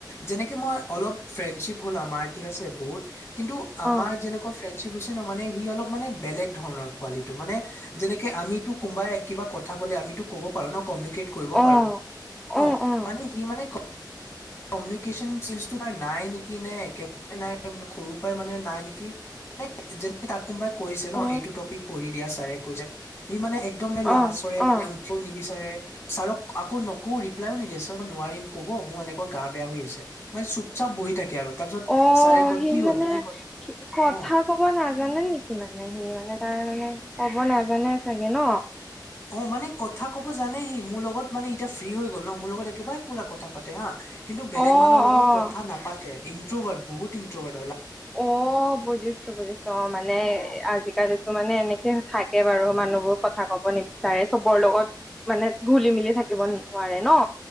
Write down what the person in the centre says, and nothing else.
অ',
অ',
অ',
অ',
অ
অ
অ।
অ
সি
মানে
কথা
কব নাজানে নেকি মানে সি মানে বেটাতাই মানে ক'ব নাজানে চাগে ন
অ',
অ',
অ বুজিছো বুজিছো অ মানে
আজিকালিটো মানে এনেকে থাক তাকে বাৰু মানুহবোৰ কথা কব নিবিচাৰে চবৰ লগত মানে খোলি মেলি থাকিব নোৱাৰে ন